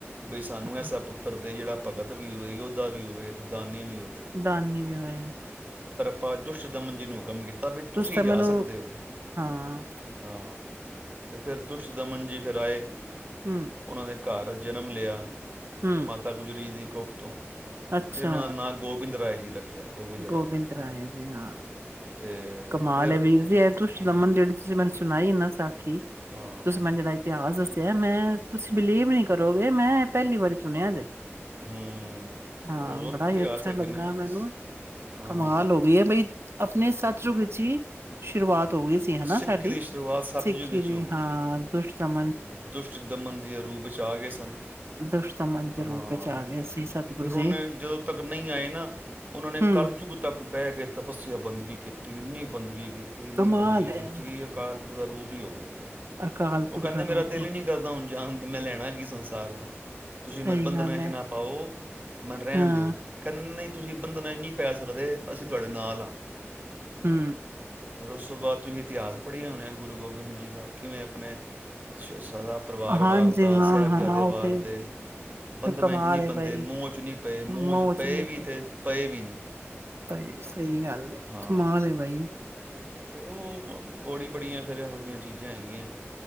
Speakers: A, on the right; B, on the right.
A: ਬਈ ਸਾਨੂੰ ਐਸਾ
B: ਹਮ,
A: ਪੁੱਤਰ ਦੇ ਜਿਹੜਾ ਭਗਤ ਵੀ ਹੋਵੇ ਯੋਧਾ ਵੀ ਹੋਵੇ ਤੇ ਦਾਨੀ ਵੀ ਹੋਵੇ।
B: ਦਾਨ ਨਹੀਂ ਵੀ ਹੋਇਆ।
A: ਆਪਾਂ ਦੁਸ਼ਟ ਦਮਨ ਜੀ ਨੂੰ ਹੁਕਮ ਕੀਤਾ ਵੀ ਤੁਸੀਂ
B: ਤਾਂ
A: ਜਾ
B: ਮੈਨੂੰ
A: ਸਕਦੇ ਹੋ।
B: ਹਾਂ।
A: ਹਾਂ ਤੇ ਫਿਰ ਦੁਸ਼ਟ ਦਮਨ ਜੀ ਫਿਰ ਆਏ।
B: ਹੂੰ,
A: ਉਹਨਾਂ ਦੇ ਘਰ ਜਨਮ ਲਿਆ।
B: ਹੂੰ
A: ਮਾਤਾ ਗੁਜਰੀ ਦੀ ਕੋਖ ਤੋਂ
B: ਅੱਛਾ
A: ਫਿਰ ਉਹਨਾਂ ਦਾ ਨਾਂ ਗੋਬਿੰਦ ਰਾਏ ਜੀ ਰੱਖਿਆ ਰਾਏ
B: ਗੋਬਿੰਦ ਰਾਏ ਜੀ ਹਾਂ।
A: ਤੇ
B: ਕਮਾਲ
A: ਫਿਰ
B: ਐ ਵੀਰ ਜੀ ਐ ਦੁਸ਼ਟ
A: ਹਾਂ
B: ਦਮਨ ਜਿਹੜੀ ਤੁਸੀਂ ਮੈਨੂੰ ਸੁਣਾਈ ਹੈ ਨਾ ਸਰ ਖੀ,
A: ਹਾਂ
B: ਤੁਸੀਂ ਮੈਨੂੰ ਜਿਹੜਾ ਇਤਿਹਾਸ ਦੱਸਿਆ ਮੈਂ ਤੁਸੀਂ ਬਿਲੀਵ ਨੀ ਕਰੋਗੇ ਮੈਂ ਪਹਿਲੀ ਵਾਰੀ ਸੁਣਿਆ ਜੇ।
A: ਹੂੰ,
B: ਹਾਂ
A: ਹੋਰ
B: ਬੜਾ
A: ਵੀ ਇਤਿਹਾਸ
B: ਹੀ ਅੱਛਾ
A: ਹੈਗੇ
B: ਲੱਗਾ
A: ਨੇ
B: ਮੈਨੂੰ
A: ਅ,
B: ਕਮਾਲ ਹੋ ਗਈ ਹੈ ਬਈ ਆਪਣੇ ਸਥ ਯੁੱਗ ਚ ਈ ਸ਼ੁਰੂਆਤ ਤ ਹੋਈ ਸੀ ਹਨਾ,
A: ਸਿੱਖ
B: ਸਾਡੀ
A: ਦੀ ਸ਼ੁਰੂਆਤ ਸਤਿਯੁਗ
B: ਸਿੱਖੀ
A: ਵਿੱਚ
B: ਦੀ
A: ਹੋ ਗਈ
B: ਹਾਂ
A: ਸੀ।
B: ਦੁਸ਼ਟਦਮ
A: ਦੁਸ਼ਟ ਦਮਨ ਦੀ ਰੂਪ ਵਿੱਚ ਆ ਗਏ ਸਨ,
B: ਦੁਸ਼ਮਨ ਦੇ
A: ਹਾਂ
B: ਰੂਪ ਵਿੱਚ ਆ ਗਏ ਸੀ ਸਤਿਗੁਰੂ
A: ਫਿਰ
B: ਜੀ
A: ਉਹਨੇ ਜਦੋਂ ਤੱਕ ਨਹੀਂ ਆਏ ਨਾ, ਉਹਨਾਂ ਨੇ
B: ਹੂੰ
A: ਕੱਲਯੁੱਗ ਤੱਕ ਬਹਿ ਕੇ ਤਪੱਸਿਆ ਬੰਦਗੀ ਕੀਤੀ ਇਨੀ ਬੰਦਗੀ ਕੀ ਇਨੀ
B: ਕਮਾਲ
A: ਬੰਦਗੀ
B: ਹੈ
A: ਕੀਤੀ ਅਕਾਲ ਉਹਦਾ ਰੂਪ ਹੀ ਹੋਵੇ ਗਏ ਉਹ ਤੇ।
B: <unintelligible>
A: ਉਹ ਕਹਿੰਦੇ
B: ਦਾ
A: ਮੇਰਾ
B: ਰੂਪ
A: ਦਿਲ ਹੀ ਨਹੀਂ ਕਰਦਾ ਹੁਣ ਜਾ ਮੈਂ ਲੈਣਾ ਕੀ ਸੰਸਾਰ ਤੋਂ, ਤੁਸੀਂ
B: ਸਹੀ
A: ਮੈਂਨ ਬੰਧਨਾਂ
B: ਗੱਲ
A: 'ਚ
B: ਹੈ
A: ਨਾ ਪਾਓ, ਮੈਂਨ ਰਹਿਣ
B: ਹਾਂ
A: ਦਿਓ ਕਹਿੰਦੇ ਨਹੀਂ ਤੁਸੀਂ ਬੰਧਨਾ ਨਹੀਂ ਪੈ ਸਕਦੇ ਅਸੀਂ ਤੁਹਾਡੇ ਨਾਲ ਹਾਂ।
B: ਹੂੰ।
A: ਫਿਰ ਉਸ ਤੋਂ ਬਾਅਦ ਤੁਸੀਂ ਇਤਿਹਾਸ ਪੜ੍ਹਿਆਂ ਹੋਣਾਂ ਗੁਰੂ ਗੋਬਿੰਦ ਜੀ ਦਾ ਕਿਵੇਂ ਆਪਣੇ ਅੱਛਾ ਅੱਛ ਸਾਰਾ ਪਰਿਵਾਰ
B: ਹਾਂਜੀ
A: ਵਾਰਤਾ,
B: ਹਾਂ
A: ਸਾਹਿਬਾਦੇ
B: ਹਾਂ ਉਹ
A: ਵਾਰਤੇ,
B: ਤੇ
A: ਬੰਧਨਾਂ
B: ਕਮਾਲ
A: ਚ ਨਹੀਂੀ
B: ਏ
A: ਬੰਦੇ,
B: ਬਾਈ
A: ਮੋਹ ਚ ਨੀ ਪਏ ਮੋਹ
B: ਮੋਚਨੇ
A: ਚ ਪਏ ਵੀ ਤੇ ਪਏ ਵੀ ਨੀ,
B: ਪਏ ਸਹੀ ਗੱਲ ਏ
A: ਹਾਂ।
B: ਕਮਾਲ ਏ ਬਾਈ
A: ਤੇ ਉਹ ਬੜੀ ਬੜੀਆਂ ਫੇਰ ਇਹੋ ਜਿਹੀਆਂ ਚੀਜ਼ਾਂ ਹੈਗੀਆਂ।